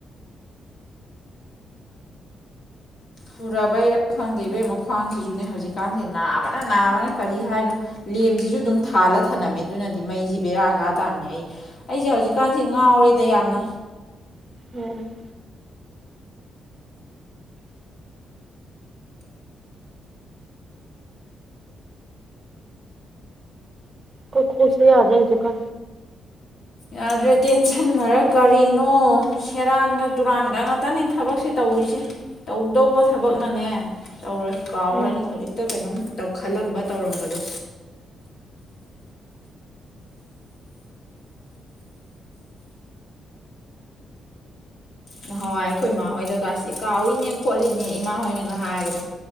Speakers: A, on the left (about 55°); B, on the right (about 20°).
A: ꯁꯨꯔꯕꯩꯔꯥ ꯈꯪꯗꯦ ꯏꯕꯦꯝ ꯃꯈ꯭ꯡꯁꯤꯁꯨꯅꯦ ꯍꯧꯖꯤꯛꯀꯥꯟꯁꯦ ꯅꯥꯕꯅ ꯅꯥꯕꯅ ꯀꯔꯤ ꯍꯥꯏꯅꯣ ꯂꯦꯝꯁꯤꯁꯨ ꯑꯗꯨꯝ ꯊꯥꯜꯂ ꯊꯝꯂꯝꯝꯃꯦ ꯑꯗꯨꯅꯗꯤ ꯃꯩꯁꯤ ꯕꯦꯔꯥꯛ ꯗꯔꯀꯥ ꯇꯥꯔꯅꯤ ꯑꯩ ꯑꯩꯁꯦ ꯍꯧꯖꯤꯛꯀꯥꯟꯁꯦ ꯉꯥꯎꯔꯤꯦꯗ ꯌꯥꯝꯅ
B: ꯎꯝ ꯀꯣꯏ ꯈꯨꯁꯤ ꯌꯥꯗꯏꯖꯀ
A: ꯌꯥꯗ꯭ꯔꯦ ꯇꯦꯟꯁꯟꯅꯔꯦ ꯀꯔꯤꯅꯣ ꯁꯦꯔꯥꯟꯒ ꯇꯨꯔꯥꯟꯒ ꯉꯥꯛꯇꯅꯤ ꯊꯕꯛꯁꯦ ꯇꯧ ꯇꯧꯔꯤꯁꯦ ꯇꯧꯗꯧꯕ ꯊꯕꯛꯅꯅꯦ ꯀꯥꯎꯈ꯭ꯔꯅꯤ
B: ꯎꯝ
A: ꯈꯖꯤꯛꯇ ꯀꯩꯅꯣꯝꯧ ꯈꯜꯂꯝꯕ ꯇꯧꯔꯝꯕꯗꯣ ꯅꯍꯥꯟꯋꯥꯏ ꯑꯩꯈꯣꯏ ꯏꯃꯥꯍꯣꯏꯗꯒ ꯀꯥꯎꯏꯅꯦ ꯈꯣꯠꯂꯤꯅꯦ ꯏꯃꯥ ꯍꯣꯏꯅꯒ ꯍꯥꯏꯕꯗꯣ